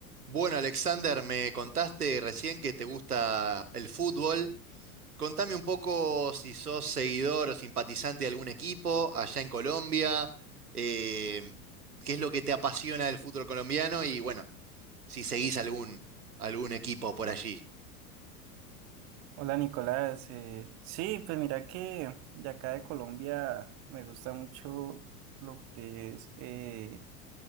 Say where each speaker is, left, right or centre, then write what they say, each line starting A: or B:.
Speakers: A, on the right; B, on the right.
A: Bueno, Alexander, me contaste recién que te gusta el fútbol. Contame un poco si sos seguidor o simpatizante de algún equipo allá en Colombia, eh, qué es lo que te apasiona del fútbol colombiano y bueno, si seguís algún, algún equipo por allí.
B: Hola Nicolás, eh, sí, pues mira que de acá de Colombia me gusta mucho lo que es eh,